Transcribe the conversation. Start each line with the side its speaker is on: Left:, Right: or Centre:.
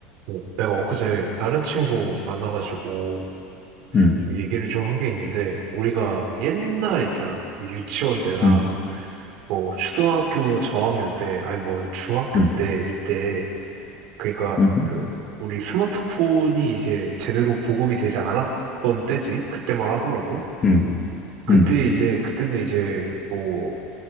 Right: 어, 내가 엊그제 다른 친구 만나가지고
Left: 음,
Right: 좀 얘기를 좀 한 게 있는데, 우리가 옛날에 있잖아. 그 유치원 때나,
Left: 음,
Right: 뭐, 초등학교 저학년 때, 아니 뭐, 중학교
Left: 음,
Right: 때, 이때, 그러니까
Left: 음,
Right: 그, 우리 스마트폰이 이제 제대로 보급이 되지 않았던 때지. 그때만 하더라도.
Left: 음,
Right: 그때
Left: 음,
Right: 이제, 그때는 이제 뭐,